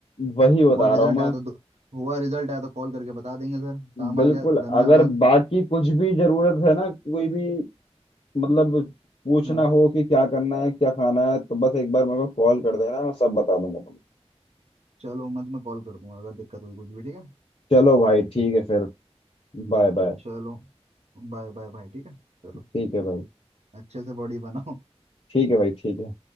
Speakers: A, on the left; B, on the right.
A: वही बता
B: हुआ रिजल्ट
A: रहा हूँ मैं
B: आया तो दो- हुआ रिजल्ट आया तो कॉल करके बता देंगे सर काम
A: बिल्कुल
B: आ गया धन्यवाद
A: अगर बाकी कुछ भी जरूरत है ना कोई भी मतलब पूछना
B: हाँ
A: हो कि क्या करना है क्या खाना है तो बस एक बार मेरे को कॉल कर देना मैं सब बता दूंगा तुमको।
B: चलो मैं तुम्हें कॉल कर दूंगा अगर दिक्कत हुई कुछ भी ठीक है
A: चलो भाई ठीक है फिर Bye bye
B: चलो बाय बाय बाय ठीक है चलो
A: ठीक है भाई
B: अच्छे से बॉडी बनाओ
A: ठीक है भाई ठीक है